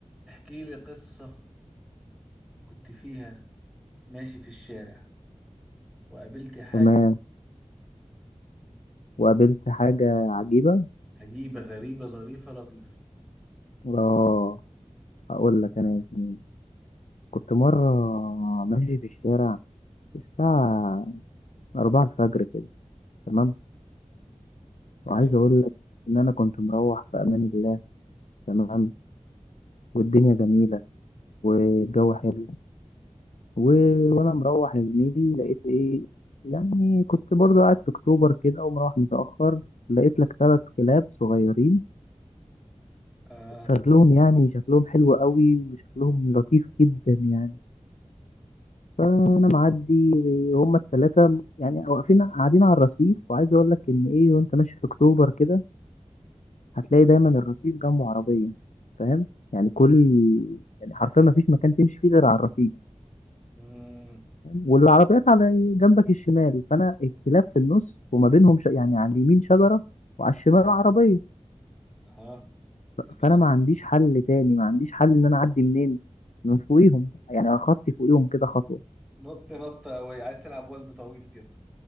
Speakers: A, in the centre; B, on the left.
A: احكي لي قصة كنت فيها ماشي في الشارع وقابلت حاجة
B: تمام وقابلت حاجة عجيبة
A: عجيبة غريبة ظريفة لطيفة
B: اه هقول لك انا يا زميلي كنت مرة ماشي في الشارع الساعة أربعة الفجر كده تمام وعايز
A: حلو
B: أقول لك إن أنا كنت مروح في أمان الله تمام والدنيا جميلة والجو حلو و... وأنا مروح يا زميلي لقيت إيه يعني كنت برضو قاعد في أكتوبر كده ومروح متأخر لقيت لك ثلاث كلاب صغيرين
A: آه
B: شكلهم يعني شكلهم حلو قوي وشكلهم لطيف جدا يعني فانا معدي هما التلاتة يعني واقفين قاعدين على الرصيف وعايز اقول لك ان ايه وانت ماشي في اكتوبر كده هتلاقي دايما الرصيف جنبه عربية فاهم يعني كل يعني حرفيا ما فيش مكان تمشي فيه غير على الرصيف
A: مم.
B: والعربيات على جنبك الشمال فانا الكلاب في النص وما بينهم ش... يعني على اليمين شجرة وعلى الشمال عربية
A: أها
B: ف...
A: تمام
B: فانا ما عنديش حل تاني ما عنديش حل ان انا اعدي منين من فوقيهم يعني اخطي فوقيهم كده خطوة
A: نط نط قوي عايز تلعب وثب طويل كده